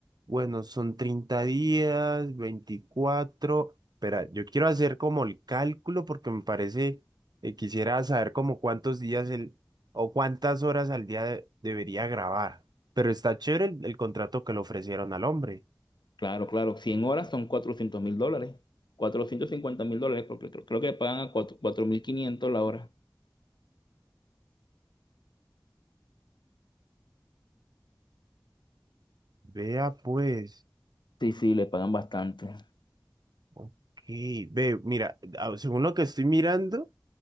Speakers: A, on the right (about 65°); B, on the left (about 80°).
A: bueno, son 30 días, 24. Espera, yo quiero hacer como el cálculo porque me parece, eh, quisiera saber como cuántos días el, o cuántas horas al día de- debería grabar. Pero está chévere el, el contrato que le ofrecieron al hombre.
B: Claro, claro, cien horas son cuatrocientos mil dólares. cuatrocientos cincuenta mil dólares, porque creo, creo que pagan a cuatro- mil quinientos la hora.
A: Vea pues,
B: Sí, sí, le pagan bastante.
A: ok, ve, mira, ah, según lo que estoy mirando,